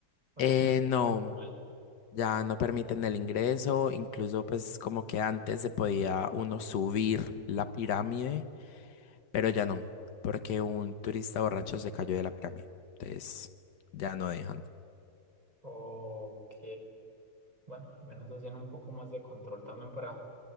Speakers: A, on the right; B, on the left.
A: para
B: Eh,
A: un
B: no,
A: nacional.
B: ya no permiten el ingreso, incluso pues como que antes se podía uno subir la pirámide, pero ya no, porque un turista borracho se cayó de la pirámide. Entonces ya no dejan.
A: Ok, bueno, al menos hacen un poco más de control también para